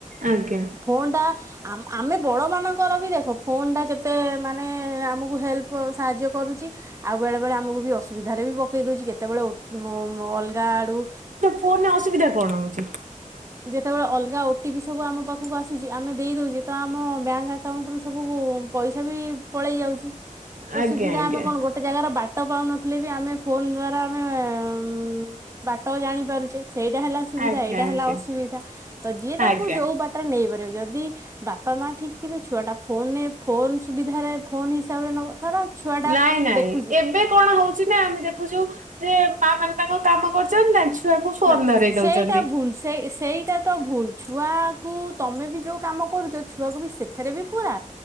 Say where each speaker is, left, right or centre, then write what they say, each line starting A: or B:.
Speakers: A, on the right; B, on the right.
A: ଆଜ୍ଞା।
B: ଫୋନ୍ ଟା ଆମ ଆମେ ବଡ଼ମାନଙ୍କର ବି ଦେଖ ଫୋନ୍ ଟା ଯେତେ ମାନେ ଆମକୁ ହେଲ୍ପ କ ସାହାଯ୍ୟ କରୁଛି ଆଉ ବେଳେ ବେଳେ ଆମକୁ ବି ଅସୁବିଧାରେ ବି ପକେଇ ଦଉଛି କେତେବେଳେ ଓ ଟି ପି ମୋ ଅଲଗା ଆଡ଼କୁ
A: ଫୋନ୍ ରେ ଅସୁବିଧା କଣ ହଉଛି?
B: ଯେତେବେଳେ ଅଲଗା ଓ ଟି ପି ସବୁ ଆମ ପାଖକୁ ଆସୁଛି ଆମେ ଦେଇ ଦଉଛେ ତ ଆମ ବ୍ୟାଙ୍କ୍ ଆ କାଉଣ୍ଟ ରୁ ସବୁ ପ ପଇସା ବି ପଳେଇ ଯାଉଛି ତ
A: ଆଜ୍ଞା
B: ସୁବିଧା
A: ଆଜ୍ଞା
B: ଆମେ କଣ ଗୋ ଟେ ଜାଗାର ବାଟ ପାଉନଥିଲେ ବି ଆମେ ଫୋନ୍ ଦ୍ଵାରା ଆମେ ଉଁ ବାଟ ଜାଣି ପାରୁଛେ ସେଇଟା ହେଲା ସୁବିଧା
A: ଆଜ୍ଞା
B: ଏଇଟା
A: ଆଜ୍ଞା
B: ହେଲା ଅସୁବିଧା ତ ଯିଏ ତାକୁ
A: ଆଜ୍ଞା।
B: ଯୋଉ ବା ଟ ରେ ନେଇପାରିବ ଯଦି ବାପା ମା ଠିକ୍ ଥିବେ ଛୁଆ ଟା ଫୋନ୍ ରେ ଫୋନ୍ ସୁବିଧାରେ ଫୋନ୍ ହିସାବରେ ନବ ଧର ଛୁଆ ଟା
A: ନାଇଁ ନାଇଁ
B: ଦେଖୁଛି
A: ଏବେ କଣ ହଉଛି ନା ଆମେ ଦେଖୁଛୁ ଯେ ମା ମାନେ ତାଙ୍କ କାମ କରୁଛନ୍ତି ନା ଛୁ ଛୁଆକୁ ଫୋନ୍
B: ନା
A: ଧରେଇ
B: ସେଇଟା
A: ଦଉଛନ୍ତି।
B: ଭୁଲ ସେଇ ସେଇଟା ତ ଭୁଲ୍ ଛୁଆକୁ ତମେ ବି ଯୋଉ କାମ କରୁଛ ଛୁଆକୁ ବି ସେଥିରେ ବି ପୁରା।